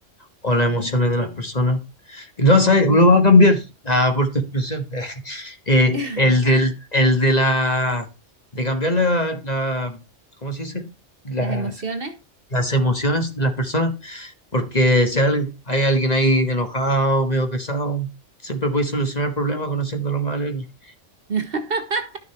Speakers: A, on the left; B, on the right.
A: o las emociones de las personas. No, ¿sabes? Lo va a cambiar ah, por tu expresión. <laughs> Eh,
B: <gasps>
A: el del, el de la, de cambiar la, la- ¿cómo se dice? Las,
B: Las emociones.
A: las emociones de las personas, porque si al- hay alguien ahí enojado, medio pesado, siempre puedes solucionar el problema conociéndolo más alegre.
B: <laughs>